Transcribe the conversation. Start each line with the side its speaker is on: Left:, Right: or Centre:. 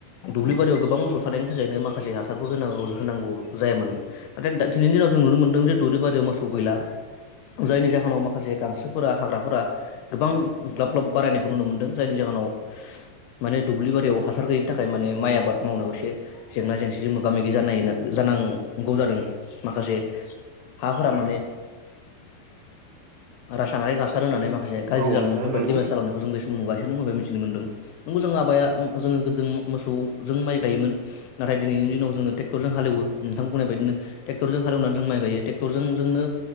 Left: दुब्लि बारियाव गोबां मोसौ थानायनि थाखायनो माखासे हासारफोर होनांगौ होनांगौ जायामोन। नाथाइ दिनैनि दिनाव जों नुनो मोन्दों जे दुब्लि बारियाव मोसौ गैला जायनि जाहोनाव माखासे गांसोफोरा हाग्राफोरा गोबां ग्लाब ग्लाब बारायनायखौ नुनो मोन्दों जायनि जाहोनाव माने दुब्लि बारियाव हासार गैयिनि थाखाय माने माइ आबाद मावनायाव एसे जेंना जेंसिजों मोगा मोगि जानाय जानांगौ जादों। माखासे हाफोरा माने रासानारि हासार होननानै माखासे
Right: औ
Left: गाज्रि जालांनाय
Right: नोंथां नंगौ
Left: बा देमेज जालनायखौ जों बे नुगासिनो दं बे मिथिनो मोनदों नंगौ जों माबाया जोङो गोदो मोसौ जों माइ गायोमोन नाथाय दिनैनि दिनाव जोङो ट्रेक्टरजों हालेवो। नोंथां बुंनाय बायदिनो ट्रेक्टरजों हालेवनानै जों माइ गायो ट्रेक्टरजों जोंनो